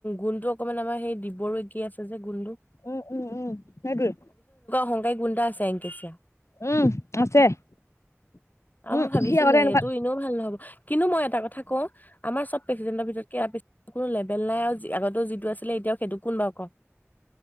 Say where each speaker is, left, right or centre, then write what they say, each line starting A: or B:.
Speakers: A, on the left; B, on the left.
A: গোন্ টো অকমান আমাৰ সেই দিবৰো একি আছে, যে গুন্টো
B: উম-উম-উম, হেতোএ
A: শংকাই গুন্ডা আছে এংকেচা
B: উম আছে উম
A: মই ভাবিছিলো
B: সি আগতে এনেকুৱা
A: এইটো এনেও ভাল নহব, কিন্তু মই এটা কথা কওঁ, আমাৰ চব প্ৰেচিডেন্টৰ ভিতৰত ইয়াত কোনো লেভেল নাই আৰু আগতেও যিটো আছিলে এতিয়াও সেইটো, কোন বাৰু ক?